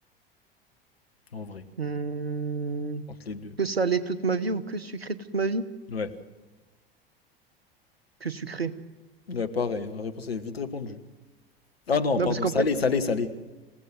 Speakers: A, on the left (about 80°); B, on the right (about 85°).
A: En vrai.
B: Hmm,
A: Entre les deux.
B: Que salé toute ma vie ou que sucré toute ma vie?
A: Ouais.
B: Que sucré.
A: Ouais, pareil, hein, La réponse est vite répondue. Ah non,
B: Non,
A: pardon,
B: parce qu'en
A: salé,
B: fait,
A: salé, salé.